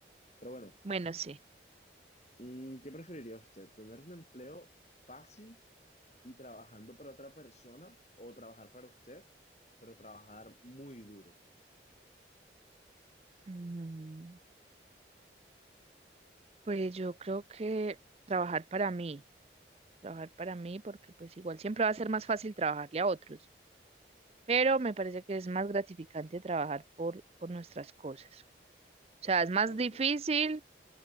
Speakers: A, on the left; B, on the right.
A: Pero bueno,
B: Bueno, sí.
A: mm, ¿qué preferiría usted? ¿Tener un empleo fácil? y trabajando para otra persona o trabajar para usted, pero trabajar muy duro.
B: Mm, Pues yo creo que trabajar para mí. Trabajar para mí porque pues igual siempre va a ser más fácil trabajarle a otros. Pero me parece que es más gratificante trabajar por, por nuestras cosas. O sea, es más
A: Ok.
B: difícil,